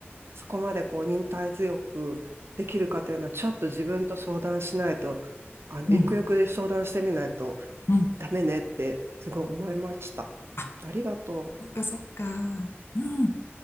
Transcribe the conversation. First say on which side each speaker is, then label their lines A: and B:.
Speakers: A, on the right; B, on the left.
A: そこまでこう忍耐強くできるかというのは、ちょっと自分と相談しないと、あの、
B: うん、
A: ゆくゆく相談してみないと
B: うん。
A: ダメねってすごい思いました。
B: あ、
A: ありがとう。
B: そっかそっか。うん。